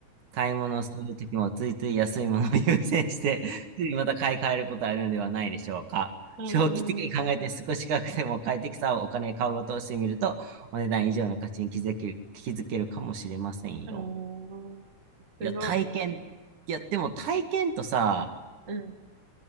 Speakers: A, on the right; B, on the right.
A: 買い物をするときもついつい安いものを <laughs> 優先して、<laughs> ついまた買い替えることあるんではないでしょうか。
B: う
A: 長期的に考えて少し高くても快適さをお金買うことをしてみると、
B: ん、
A: お値段以上の価値に気づける、気づけるかもしれませんよ。
B: うん。おー、すご
A: いや、体験、いや、でも体験とさ、
B: い。うん。